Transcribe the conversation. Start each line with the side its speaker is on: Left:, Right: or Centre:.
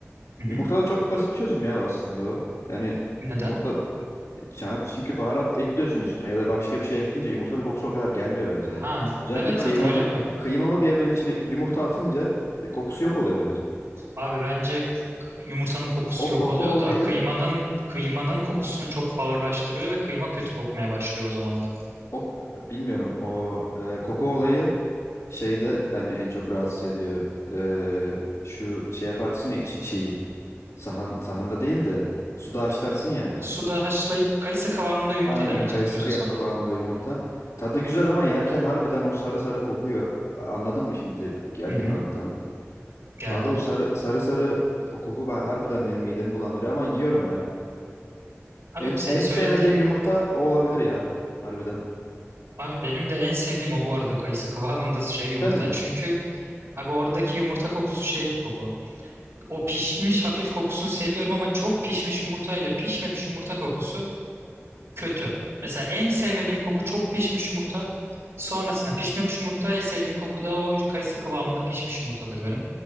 Right: Hı hı.
Left: Yumurta da çok basit çözüm ya aslında o. Yani
Right: Neden?
Left: yumurta Ya çünkü baharat ekliyorsun üstüne ya da başka bir şey ekleyince yumurtanın kokusu o kadar gelmiyor bence.
Right: Ha
Left: Özellikle
Right: evet
Left: kıymalı
Right: zaten öyle yapıyorum.
Left: kıymalı bir yemeğin içine yumurta atınca kokusu yok oluyor bence.
Right: Abi bence yumurtanın kokusu
Left: O koku
Right: yok oluyor
Left: olayı
Right: da kıymanın kıymanın kokusunu çok ağırlaştırıyor ve kıyma kötü kokmaya başlıyor o zaman da.
Left: O bilmiyorum o e, koku olayı şeyde beni en çok rahatsız ediyor. E, şu şey yaparsın ya içi çiğ. Sahan, sahanda değil de suda haşlarsın ya.
Right: Suda haşlayıp kayısı kıvamında yumurta
Left: Aynen
Right: demeye
Left: kayısı
Right: çalışıyorsun
Left: kıya-
Right: sanırım.
Left: kıvamında yumurta. Tadı güzel ama yerken harbiden o sarı sarı kokuyor. A- Anladın mı şimdi? E, Geldi
Right: Hı hı.
Left: mi aklına?
Right: Geldi.
Left: Abi o sarı sarı sarı o koku ba- harbiden benim midemi bulandırıyor ama yiyorum ya.
Right: Abi
Left: En,
Right: senin
Left: en
Right: söylediğin
Left: sevmediğim yumurta o olabilir ya. Harbiden.
Right: abi benim de en sevdiğim o bu arada kayısı kıvamında şey
Left: Cidden
Right: yumurta.
Left: mi?
Right: Çünkü abi oradaki yumurta kokusu şey bir koku. O pişmiş hafif kokusunu seviyorum ama çok pişmiş yumurta ile pişmemiş yumurta kokusu kötü. Mesela en sevmediğim koku çok pişmiş yumurta. Sonrasında pişmemiş yumurta. En sevdiğim koku da o kayısı kıvamında pişmiş yumurtadır benim.